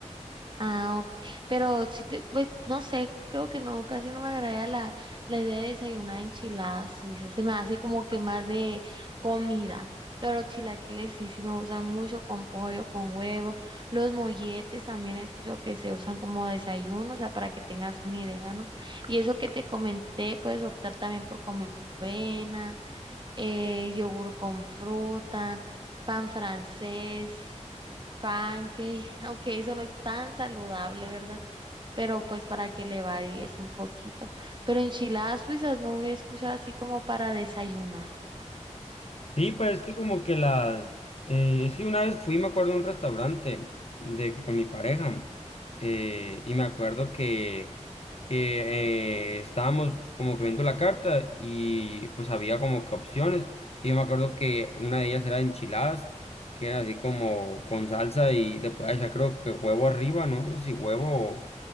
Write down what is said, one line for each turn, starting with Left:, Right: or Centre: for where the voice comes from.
Right: Ah, ok. Pero si te, pues no sé, creo que no, casi no me agrada la, la idea de desayunar enchiladas suizas. Se me hace como que más de comida. Pero los chilaquiles sí, sí me gustan mucho con pollo, con huevo. Los molletes también he escuchado que se usan como desayuno, o sea, para que tengas una idea, ¿no? Y eso que te comenté, puedes optar también por comer avena, eh, yogur con fruta, pan francés. Pancake, <laughs> aunque eso no es tan saludable, ¿verdad? Pero pues para que le varíes un poquito. Pero enchiladas suizas no he escuchado así como para desayunar.
Left: Sí, pues es que como que las... eh, es que una vez fui, me acuerdo, a un restaurante de que con mi pareja eh, y me acuerdo que, que eh, estábamos como que viendo la carta y pues había como que opciones y yo me acuerdo que una de ellas era enchiladas, que era así como con salsa y le podía echar creo que huevo arriba, no creo si huevo o,